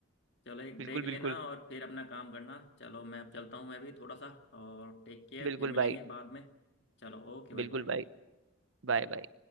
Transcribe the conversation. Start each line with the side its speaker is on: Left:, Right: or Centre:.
Left: चलो एक
Right: बिल्कुल
Left: ब्रेक लेना
Right: बिल्कुल
Left: और फिर अपना काम करना चलो मैं अब चलता हूँ मैं भी थोड़ा सा और टेक केयर
Right: बिल्कुल
Left: फिर मिलेंगे
Right: भाई
Left: बाद में चलो ओके भाई
Right: बिल्कुल
Left: बाय
Right: भाई Bye
Left: बाय।
Right: bye